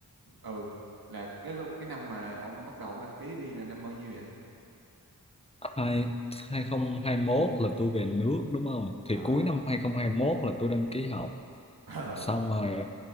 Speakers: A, on the right (about 80°); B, on the left (about 15°).
A: Ừ, là cái lúc cái năm mà ông bắt đầu ông đăng ký đi là năm bao nhiêu vậy?
B: Hai, hai hai không hai mốt là tôi về nước đúng không? Thì
A: Ờ,
B: cuối năm hai hai không hai mốt là tôi đăng ký học
A: <laughs> ờ,
B: xong rồi